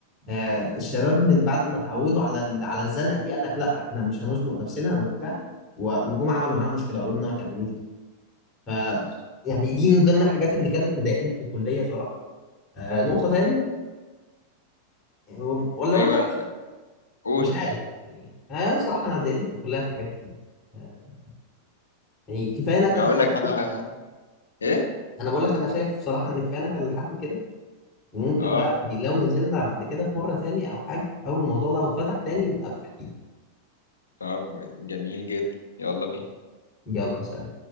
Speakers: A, on the left; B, on the left.
A: آه، الشباب من بعد ما اتعودوا على ال- على الزنقه دي قال لك لا احنا مش هنزنق نفسنا وبتاع و- وجم عملوا معانا مشكله قالوا لنا ما تعملوش ده ف يعني دي من ضمن الحاجات اللي كانت مضايقاني في الكليه صراحه آه، نقطه تاني آه، ولا اقول
B: ايوه
A: لك
B: قول
A: مش عارف يعني آه، صراحه انا اتضايقت في الكليه في حاجات كتير آه، يعني كفايه نكد
B: هقول
A: لحد
B: لك انا ايه
A: انا بقول لك انا شايف بصراحه ان كفايه كان لحد كده وممكن
B: اه
A: بقى لو نزلنا بعد كده في مره تاني او حاجه او الموضوع لو اتفتح تاني ابقى احكي لك
B: طب جميل جدا يلا بينا
A: يلا سلام